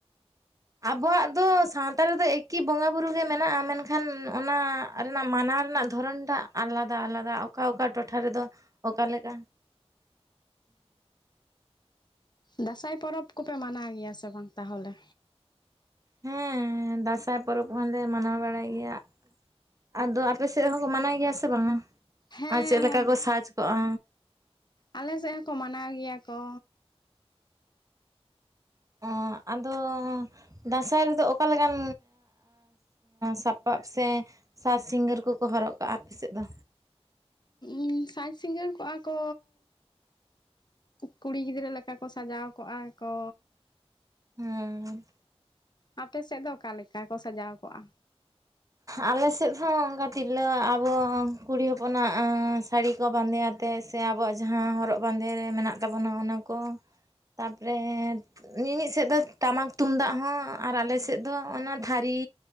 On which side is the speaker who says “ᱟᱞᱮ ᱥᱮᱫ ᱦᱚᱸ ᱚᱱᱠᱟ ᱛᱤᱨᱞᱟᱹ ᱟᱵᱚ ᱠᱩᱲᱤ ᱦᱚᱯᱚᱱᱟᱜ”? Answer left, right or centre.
Right